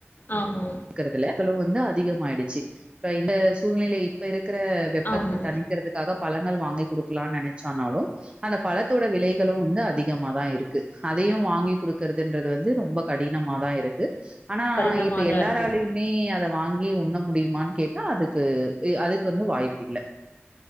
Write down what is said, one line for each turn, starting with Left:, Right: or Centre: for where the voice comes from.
Left: ஆமா
Right: கிறதுல இவ்ளோ வந்து அதிகமாயிடுச்சு இப்ப இந்த சூழ்நிலை இப்ப இருக்கிற வெப்பத்த
Left: ஆமா
Right: தணிக்கிறதுக்காக பழங்கள் வாங்கி குடுக்கலானு நெனைச்சனாலு அந்த பழத்தோட விலைகளு வந்து அதிகமாதா இருக்கு அதையு வாங்கி குடுக்குறதுன்றது வந்து ரொம்ப கடினமாதா இருக்கு ஆனா
Left: கடினமா
Right: இப்ப எல்லா
Left: தான் இருக்குது
Right: மே அத வாங்கி உண்ண முடியுமான்னு கேட்டா அதுக்கு அதுக்கு வந்து வாய்ப்பு இல்ல